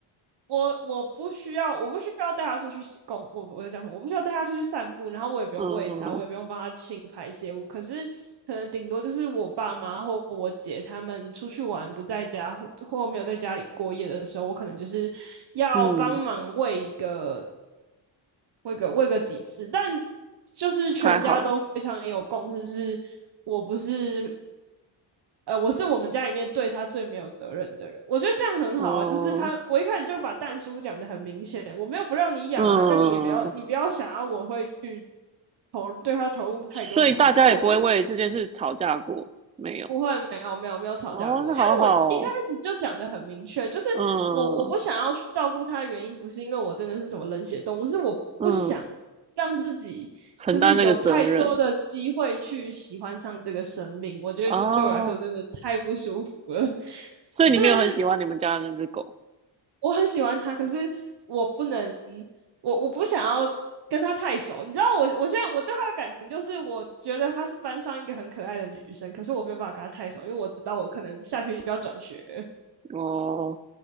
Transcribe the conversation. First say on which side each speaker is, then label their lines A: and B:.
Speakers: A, on the right; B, on the right.
A: 我我不需要，我不需要带他出去洗公，我我在讲什么，我不需要带他出去散步，然后我也不用喂他，
B: 嗯
A: 我也不用帮他清排泄物，可是可能顶多就是我爸妈或我姐他们出去玩不在家或或没有在家里过夜的时候，我可能就是要帮忙喂一个。
B: 嗯，
A: 喂个喂个几次，但就是全家都非常有共识，
B: 还好。
A: 是我不是，呃，我是我们家里面对他最没有责任的人。我觉得这样很好啊，
B: 哦
A: 就是他，我一开始就把蛋叔讲的很明显，我没有不让你养啊，
B: 嗯，
A: 但你也不要，你不要想要我会去投对他投入太多的感情，
B: 所以大家也不会为这件事吵架过，
A: 因为我就是
B: 没有。
A: 不会，没有没有没有吵架过，
B: 哦，那好好
A: 因为我一开始就讲的很明确，就是我我不想要去照顾他的原因，
B: 哦
A: 不是因为我真的是什么冷血动物，是我不想
B: 嗯嗯。
A: 让自己就是有太多的机会去喜欢上这个生命，
B: 承担那个责任
A: 我觉得这对我来说真的太不舒服了。
B: 哦。
A: <laughs>
B: 所以你没有很喜欢你们家的那只狗
A: 就是我很喜欢他，可是我不能，我我不想要跟他太熟。你知道我，我现在我对他的感情就是，我觉得她是班上一个很可爱的女生，可是我没有办法跟她太熟，因为我知道我可能下学期就要转学，
B: 哦？